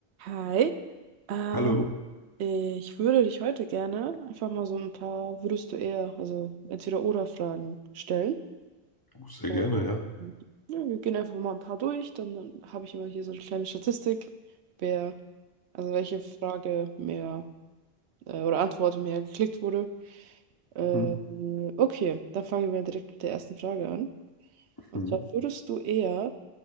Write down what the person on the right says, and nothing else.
Hi, ähm,
ich würde dich heute gerne einfach mal so ein paar würdest du eher, also entweder oder Fragen stellen.
Und,
ja, wir gehen einfach mal ein paar durch, dann, dann habe ich immer hier so eine kleine Statistik, wer, also welche Frage mehr äh, oder Antwort mehr geklickt wurde. Ähm,
okay, dann fangen wir direkt mit der ersten Frage an. Und
zwar würdest du eher